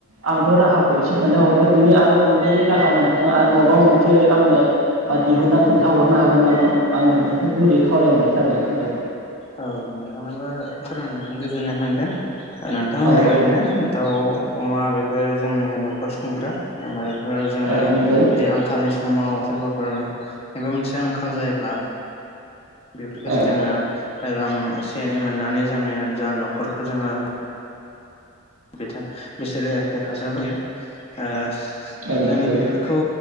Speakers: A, on the right; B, on the left.
A: आंथ' राहाखौ एसे खोन्थाहरबाय। बिनि आरो अनगायै राहा नोंथाङा आर माबा मोनसे आंनो बा दिहुनना खोन्थाहरनो हागोन नामा आं नोंथांखौ गुरै खावलायहरनाय थाबाय। औ
B: औ नोंथांनाबो फोरमायनानै गोजोननाय मोनगोन। नोंथां होननाय
A: औ औ
B: बायदिनो दाउ अमा बेफोरो जोंनि न' अर सुफुंग्रा आरो <unintelligible> ओ जोङो
A: औ
B: <unintelligible>
A: नंगौ
B: आंखालनि समाव सोरबाफोर मायबा मोनसे आंखाल जायोब्ला बेफोरखौ
A: औ
B: जों जोङो रां एसे एनै मोननानै जोंनि जा न'खरखौ जोङो। बिथा बिसोरो हेफाजाब होयो। ओ
A: औ
B: जोंनि
A: नंगौ
B: बेफोरखौ